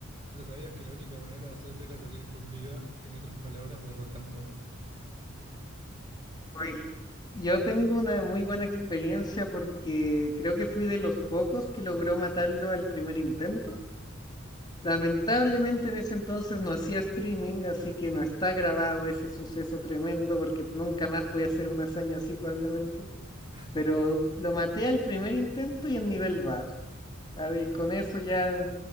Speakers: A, on the right; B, on the left.
A: pero sabías que la única manera de hacerlo era salir con vida, en otras palabras, derrotándolo.
B: Oye, yo tengo una muy buena experiencia porque creo que fui de los pocos que logró matarlo al primer intento. Lamentablemente en ese entonces no hacía streaming, así que no está grabado ese suceso tremendo porque nunca más voy a hacer una hazaña así probablemente.
A: <laughs>
B: Pero lo maté al primer intento y en nivel bajo. Claro, y con eso ya